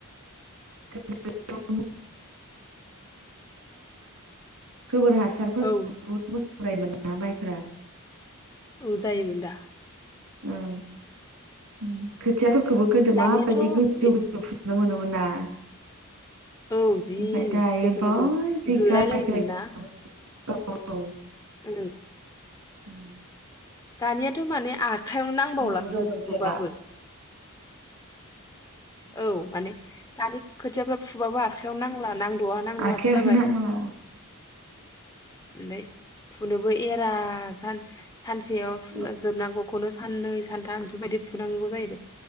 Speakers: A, on the right; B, on the left.
A: <unintelligible> गोबोर हासारफोरजों
B: औ
A: बहुत मोजां। जायोमोन ना माइफोरा?
B: औ जायोमोन दा।
A: उम उम खोथियाफोर खौबो गोदो
B: दानियाथ'
A: माबायदि गोजौ
B: बे
A: गोजौ फुयो। नुनो मोनोमोन ना?
B: औ जि
A: ओमफ्राय दायो
B: गोथौ
A: बाय
B: गोथौ
A: जि
B: जोलाय
A: गाहाय
B: लायोमोन
A: गाहाय
B: ना?
A: औ औ
B: ओम
A: उम
B: दानियाथ माने आखाइयावनो नांबावलासो
A: फुनो मोनफेरला
B: फुबाबो। औ माने दानि खोथियाफ्रा फुबाबो आखायाव नां नांदआ नांदआसो
A: आखायानो
B: जाबाय।
A: नांला
B: ओमफाय फुनोबो एरा जानस सानसेयाव फुना
A: औ
B: जोबनांगौखौनो साननै सानथाम इफोरबायदि फुनांगौ जाहैबाय।